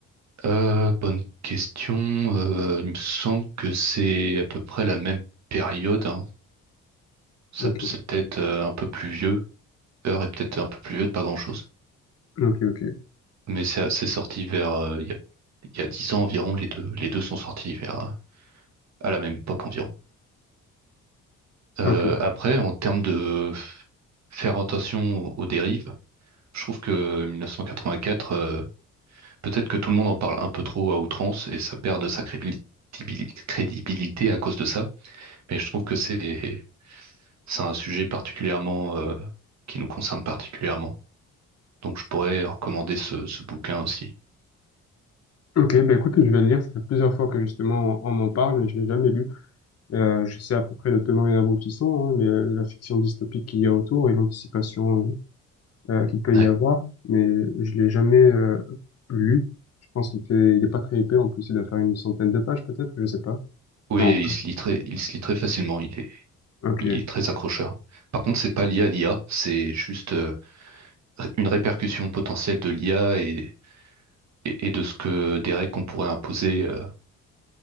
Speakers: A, on the right; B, on the left.
A: Euh, bonne question. Euh, il me semble que c'est à peu près la même période, hein. Ça,
B: Ok,
A: c'est peut-être euh, un peu plus vieux. Peur est peut-être un peu plus vieux de pas grand-chose.
B: ok, ok.
A: Mais c'est c'est sorti vers euh, il y a, il y a 10 ans environ. Les deux, les deux sont sortis vers euh, à la même époque environ. Euh,
B: Ok.
A: après, en termes de f- faire attention aux, aux dérives, je trouve que 1984, euh, peut-être que tout le monde en parle un peu trop à outrance et ça perd de sa crédibil- crédibilité à cause de ça. Mais je trouve que c'est C'est un sujet particulièrement euh, qui nous concerne particulièrement. Donc je pourrais recommander ce, ce bouquin aussi.
B: Ok, bah écoute, je vais le lire. Ça fait plusieurs fois que justement on, on m'en parle, mais je l'ai jamais lu. Euh, je sais à peu près le tenant et aboutissant, hein, mais euh, la fiction dystopique qu'il y a autour et l'anticipation euh, euh, qu'il peut
A: Ouais.
B: y avoir, mais je l'ai jamais euh, lu. Je pense qu'il fait, il est pas très épais. En plus, il doit faire une centaine de pages peut-être, je sais pas.
A: Oui,
B: Non,
A: il se lit très, il se lit très facilement. Il est,
B: ok.
A: il est très accrocheur. Par contre, c'est pas lié à l'IA, c'est juste euh, une répercussion potentielle de l'IA et, et, et de ce que des règles qu'on pourrait imposer euh,